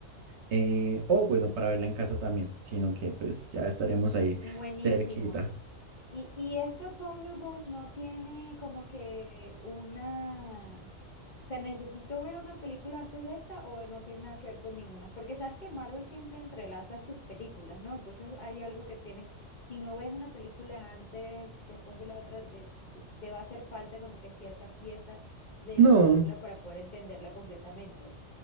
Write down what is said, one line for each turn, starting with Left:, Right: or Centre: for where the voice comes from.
Right: eh, o bueno, para verla en casa también, sino que pues ya estaremos ahí
Left: Buenísimo.
Right: cerquita.
Left: Y, y esta Thunderbolts no tiene como que una... O sea, ¿necesito ver una película antes de esta o no tiene nada que ver con ninguna? Porque sabes que Marvel siempre entrelaza sus películas, ¿no? Entonces hay algo que tienes, si no ves una película antes, después ves la otra, de- te, te va a hacer falta como que cierta pieza de
Right: No,
Left: la película para poder entenderla completamente.